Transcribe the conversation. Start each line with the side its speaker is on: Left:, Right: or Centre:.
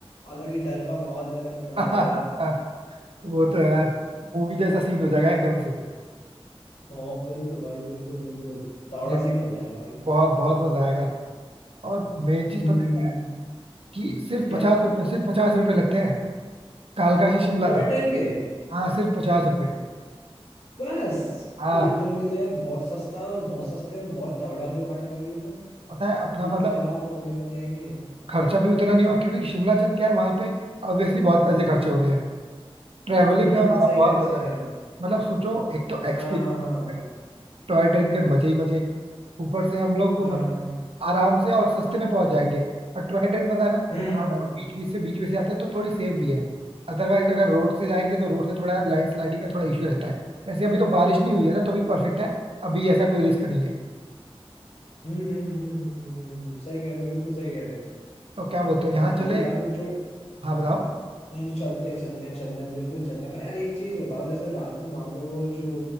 Left: अलग ही डर का माहौल भी अलग बना
Right: <laughs>
Left: रहेगा
Right: वो तो यार मूवी जैसा सीन हो जाएगा एकदम से
Left: हाँ बिल्कुल भाई बिल्कुल बिल्कुल तगड़ा
Right: ये
Left: सीन हो जाएगा भाई
Right: बहुत बहुत मजा आएगा और मेन चीज
Left: हम्म
Right: पता है
Left: हम्म
Right: क्या है? कि सिर्फ
Left: क्या
Right: पचास रुपए सिर्फ पचास रुपए लगते हैं कालका से शिमला
Left: टॉय
Right: तक
Left: ट्रेन के
Right: हाँ सिर्फ पचास रुपए
Left: बस
Right: हाँ
Left: लिटरली ये तो यार बहुत सस्ता है और बहुत सस्ते में बहुत तगड़ा जुगाड़ है भाई ये तो
Right: पता है
Left: भाई
Right: अपना मतलब
Left: क्या तगड़े मजे आएंगे
Right: खर्चा भी उतना नहीं हुआ क्योंकि शिमला चल के यार वहां पे ऑब्वियसली बहुत पैसे खर्चे होने हैं ट्रैवलिंग
Left: हम्म
Right: में
Left: हम्म,
Right: हमारा
Left: सही
Right: बहुत
Left: कह रहे
Right: बचाएगा
Left: हो सही कह रहे हो
Right: मतलब सोचो एक तो एक्सपीरियंस
Left: हाँ हाँ हाँ
Right: टॉय ट्रेन के मजे ही मजे ऊपर से हम लोग
Left: हाँ
Right: मतलब
Left: हाँ
Right: आराम से और सस्ते में पहुंच जाएंगे और टॉय ट्रेन पता है ना
Left: हम्म
Right: पहाड़ों
Left: हम्म
Right: के बीच बीच से बीच बीच से आते हैं तो थोड़ी सेफ भी है अदरवाइज अगर रोड से जाएंगे तो रोड से थोड़ा यार लैंडस्लाइडिंग का थोड़ा इशू रहता है वैसे अभी तो बारिश नहीं हुई है ना तो भी परफेक्ट है अभी ऐसा कोई रिस्क नहीं है
Left: हम्म हम्म हम्म हम्म हम्म, हम्म, हम्म, हम्म, हम्म, सही कह रहे हो बिल्कुल सही कह रहे हो
Right: तो क्या बोलते हो यहाँ
Left: और भाई
Right: चले
Left: यार वो जो
Right: हाँ बताओ
Left: नहीं नहीं चलते हैं चलते हैं चलते हैं बिल्कुल चलते हैं पर यार एक चीज बताओ जैसे रात में वहां पर वो जो